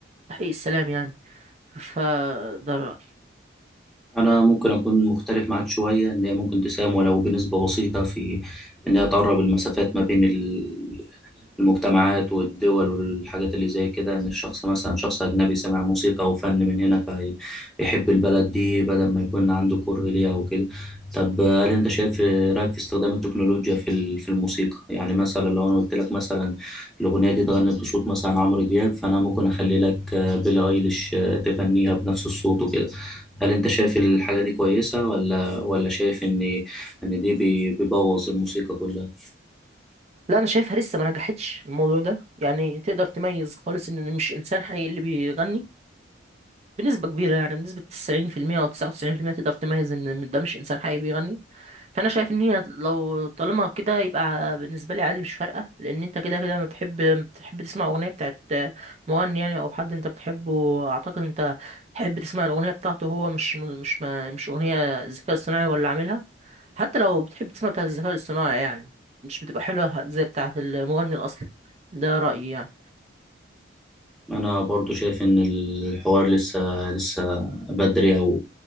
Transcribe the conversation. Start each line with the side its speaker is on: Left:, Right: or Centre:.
Right: تحقيق السلام يعني فده رأيي
Centre: أنا ممكن أكون مختلف معاك شوية إن هي ممكن تساهم ولو بنسبة بسيطة في إن هي تقرب المسافات ما بين ال... المجتمعات والدول والحاجات اللي زي كده ان الشخص مثلا شخص اجنبي سمع موسيقى او فن من هنا فيحب البلد دي بدل ما يكون عنده كره ليها او كده طب آه، هل انت شايف آه، رايك في استخدام التكنولوجيا في ال- في الموسيقى يعني مثلا لو انا قلت لك مثلا الاغنيه دي اتغنت بصوت مثلا عمرو دياب فانا ممكن اخلي لك آه، بيلي ايليش آه، تغنيها بنفس الصوت وكده هل انت شايف الحاجه دي كويسه ولا ولا شايف ان ان دي بي- بيبوظ الموسيقى كلها
Right: لا أنا شايفها لسه ما نجحتش الموضوع ده يعني تقدر تميز خالص إن مش إنسان حقيقي اللي بيغني بنسبة كبيرة يعني بنسبة 90% أو 99% تقدر تميز إن ده مش إنسان حقيقي بيغني فأنا شايف إن هي لو طالما كده يبقى بالنسبة لي عادي مش فارقة لأن أنت كده كده ما بتحب بتحب تسمع أغنية بتاعت مغني يعني أو حد أنت بتحبه أعتقد أنت تحب تسمع الأغنية بتاعته هو مش مش ما مش أغنية ذكاء اصطناعي هو اللي عاملها حتى لو بتحب تسمع بتاعة الذكاء الاصطناعي يعني مش بتبقى حلوة زي بتاعة المغني الأصلي ده رأيي يعني
Centre: انا برضو شايف ان الحوار لسه لسه بدري او